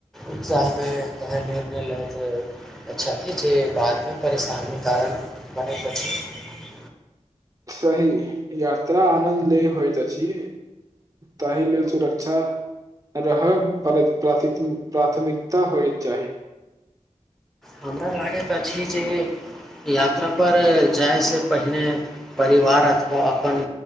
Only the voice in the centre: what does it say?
उत्साहमे एहन निर्णय लैत छथि जे बादमे परेशानीक कारण बनैके छथि
हमरा लागैत अछि जे यात्रापर जाइसँ पहिने परिवार अथवा अपन